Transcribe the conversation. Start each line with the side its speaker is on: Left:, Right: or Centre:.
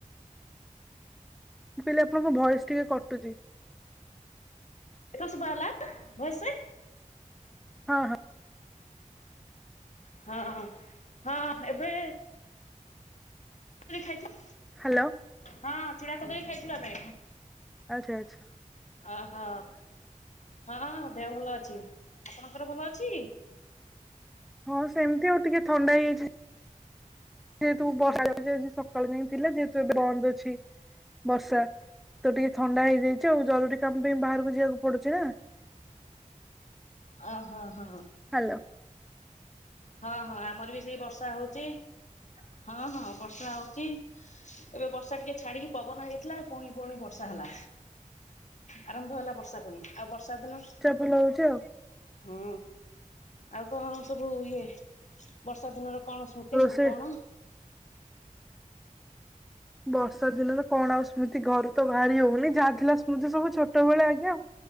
Centre: ମୁଁ କହିଲି ଆପଣଙ୍କ ଭଏସ୍ ଟିକେ କଟୁଚି।
Left: ଏଥର ଶୁଭାଗଲା ଭଏସେ।
Centre: ହଁ ହଁ।
Left: ହଁ ହଁ ଏବେ <unintelligible> ଖାଇଛୁ
Centre: ହ୍ଯାଲୋ।
Left: ହଁ ଚୂଡ଼ା କଦଳୀ ଖାଇଥିଲୁ ଆମେ।
Centre: ଆଛା ଆଛା।
Left: ଅ ହ ହଁ ଦେହ ଭଲ ଅଛି ଆପଣଙ୍କର ଭଲ ଅଛି?
Centre: ହଁ ସେମିତି ଆଉ ଟିକେ ଥଣ୍ଡା ହେଇଯାଇଛି। ଯେହେତୁ ବର୍ଷା ରେ ସେ ଆଜି ସକାଳୁ ଏମିତି ଥିଲେ ଯେହେତୁ ଏବେ ବନ୍ଦ ଅଛି। ବର୍ଷା ତ ଟିକେ ଥଣ୍ଡା ହେଇଯାଇଛି ଆଉ ଜରୁରୀ କାମ ପାଇଁ ବାହାରକୁ ଯିବାକୁ ପଡୁଛି ନା।
Left: ଆ ହା ହ।
Centre: ହାଲୋ
Left: ହଁ ହଁ ଆମର ବି ସେଇ ବର୍ଷା ହଉଛି। ହଁ ହଁ ବର୍ଷା ହଉଚି। ଏବେ ବର୍ଷା ଟିକେ ଛାଡିକି ପବନ ହେଇଥିଲା ପୁଣି ପୁଣି ବର୍ଷା ହେଲା। ଆରମ୍ଭ ହେଲା ବର୍ଷା ପୁଣି ଆଉ ବର୍ଷା ଦିନ
Centre: ଭଲ ହେଉଛି ଆଉ।
Left: ହୁଁ ଆଉ କଣ ସବୁ ଇଏ ବର୍ଷା ଦିନର କଣ ସ୍ମୃତି
Centre: ରୋଷେଇ
Left: ସବୁ କଣ?
Centre: ବର୍ଷା ଦିନରେ କଣ ଆଉ ସ୍ମୃତି ଘରୁ ତ ବାହାରି ହେଉନି ଯାହାଥିଲା ସ୍ମୃତି ସବୁ ଛୋଟବେଳେ ଆଜ୍ଞା ଆଉ।